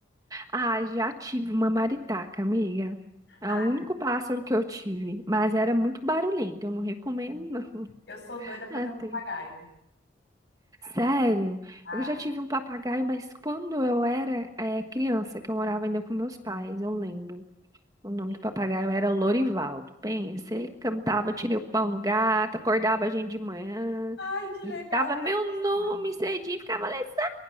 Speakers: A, on the right; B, on the left.
A: Ah, já tive uma maritaca, amiga. É
B: Ah,
A: o único pássaro que eu tive, mas era muito barulhento, eu não recomendo, não. <laughs>
B: eu sou doida para
A: Ah,
B: ter um
A: tem.
B: papagaio.
A: Sério,
B: Ai,
A: eu já tive um papagaio, mas quando eu era eh, criança, que eu morava ainda com meus pais, eu lembro. O nome
B: que
A: do papagaio era Lorivaldo. Pensa, ele cantava, tirei o pau no gato, acordava a gente de manhã,
B: Ai, que legal.
A: gritava meu
B: É meu
A: nome
B: sonho.
A: cedinho, ficava Alessandra,